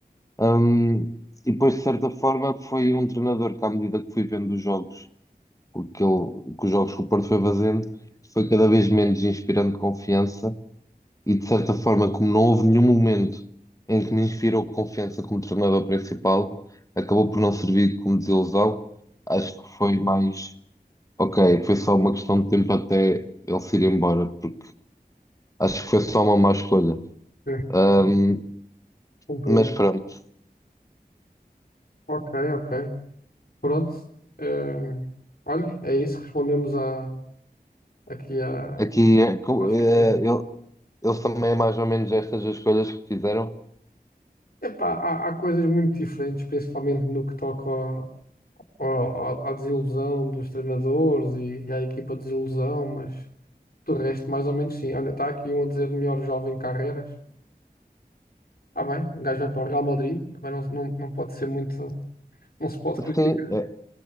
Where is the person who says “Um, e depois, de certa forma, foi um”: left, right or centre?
Left